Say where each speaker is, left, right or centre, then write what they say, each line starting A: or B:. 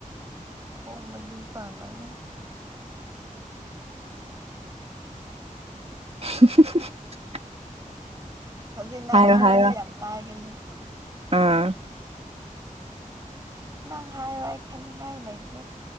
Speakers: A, on the right (about 25°); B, on the right (about 45°).
A: ꯃꯈꯣꯡ ꯃꯔꯤ ꯄꯥꯟꯂꯒ
B: <inaudible> <unintelligible>
A: ꯍꯧꯖꯤꯛ ꯅꯪ
B: ꯍꯥꯏꯔꯣ
A: ꯍꯥꯏꯔꯗꯤ
B: ꯍꯥꯏꯔꯣ
A: ꯌꯥꯝ ꯂꯥꯏꯒꯅꯤ
B: ꯑꯥ
A: ꯅꯪ ꯍꯥꯏꯔꯣ ꯑꯩ ꯈꯟꯅꯤꯡꯉꯥꯏ ꯂꯩꯇ꯭ꯔꯦ